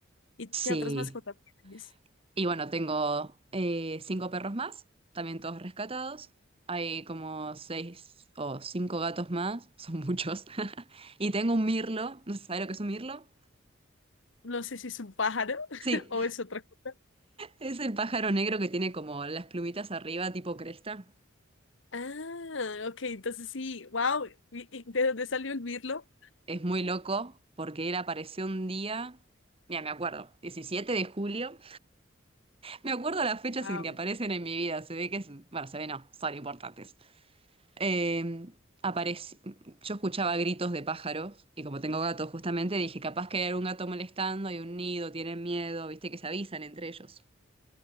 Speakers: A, on the left; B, on the right.
A: ¿Y
B: Sí.
A: qué otras mascotas tienes?
B: Y bueno, tengo eh, cinco perros más, también todos rescatados. Hay como seis o cinco gatos más, son muchos. <laughs> Y tengo un mirlo. ¿No sabes lo que es un mirlo?
A: No sé si es un pájaro <laughs>
B: Sí,
A: o es otra cosa.
B: Es el pájaro negro que tiene como las plumitas arriba, tipo cresta.
A: Ah, ok, entonces sí, wow. ¿Y y de dónde salió el mirlo?
B: Es muy loco porque él apareció un día, mira, me acuerdo, 17 de julio. Me acuerdo las fechas
A: Ah,
B: en que aparecen en mi vida. Se ve que es, bueno, se ve no, son importantes. Eh, apareci- Yo escuchaba gritos de pájaros y como tengo gatos justamente dije, capaz que hay algún gato molestando, hay un nido, tienen miedo, viste que se avisan entre ellos.